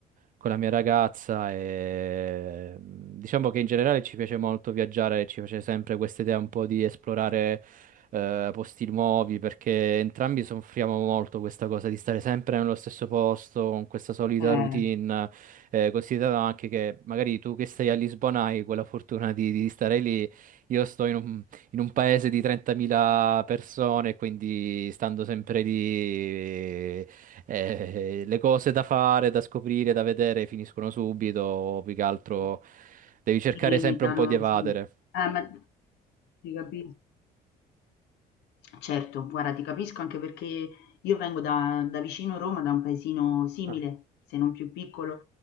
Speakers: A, on the right; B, on the left.
A: con la mia ragazza e mh, diciamo che in generale ci piace molto viaggiare, ci piace sempre questa idea un po' di esplorare eh, posti nuovi, perché entrambi soffriamo molto questa cosa di stare sempre nello stesso posto, con questa solita
B: eh,
A: routine, eh, considerando anche che magari tu che stai a Lisbona hai quella fortuna di di stare lì. Io sto in un in un paese di 30.000 persone, quindi stando sempre lì, eh, le cose da fare, da scoprire, da vedere finiscono subito, o più che altro
B: ti
A: devi cercare
B: limitano,
A: sempre un po' di evadere.
B: sì. Eh, ma ti capisco. Certo, guarda, ti capisco anche perché io vengo da, da vicino Roma, da un paesino simile,
A: Ah,
B: se non più piccolo,